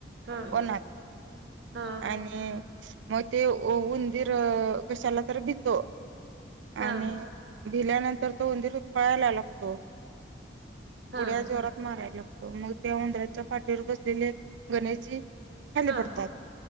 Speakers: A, on the right; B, on the right.
A: हा
B: वनात
A: हा
B: आणि मग ते उंदीर कशाला तर भितो
A: हा
B: आणि भिल्यानंतर तो उंदीर पळायला लागला खाऊन
A: हा
B: उड्या जोरात मारायला लागतो मग त्या उंदराच्या पाठीवर पाठीवर बसलेले गणेशजी खाली
A: हा
B: पडतात